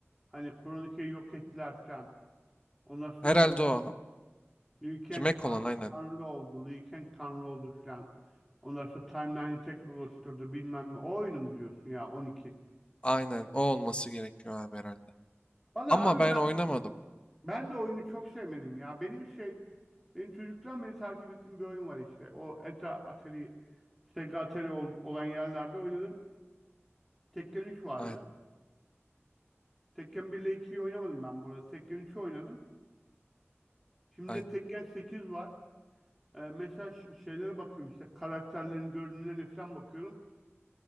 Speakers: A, in the centre; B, on the left (about 25°).
A: hani Kronika'yı yok ettiler filan. Ondan sonra
B: Herhalde o.
A: Liu Kang
B: Remake
A: tan-
B: olan aynen.
A: tanrı oldu, Liu Kang tanrı oldu filan. Ondan sonra timeline'i tekrar oluşturdu bilmem ne. O oyunu mu diyorsun ya 12?
B: Aynen o olması gerekiyor abi herhalde.
A: Valla
B: Ama
A: abi
B: ben
A: ben
B: oynamadım.
A: Ben de oyunu çok sevmedim ya. Benim şey benim çocuktan beri takip ettiğim bir oyun var işte. O ETA Atari Sega Atari ol- olan yerlerde oynadım. Tekken üç vardı.
B: Aynen.
A: Tekken 1 ile 2'yi oynamadım ben bu arada. Tekken 3'ü oynadım. Şimdi
B: Aynen.
A: de Tekken sekiz var. Ee, mesela şimdi şeylere bakıyorum işte karakterlerin görünümlerine falan bakıyorum.